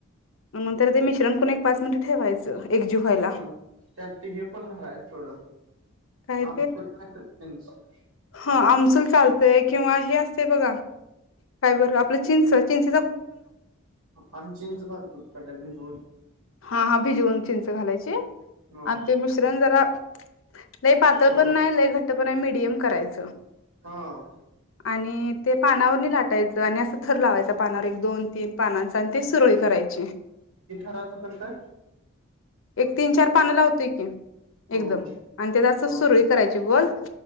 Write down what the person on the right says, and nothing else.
हं त्यात ते हे पण घालायच थोड
आमचुर <unintelligible>
आम्ही चिंच घालतो. पहिला भिजवून
ह
ह
हा
रायच करताय.
हो
हो
ह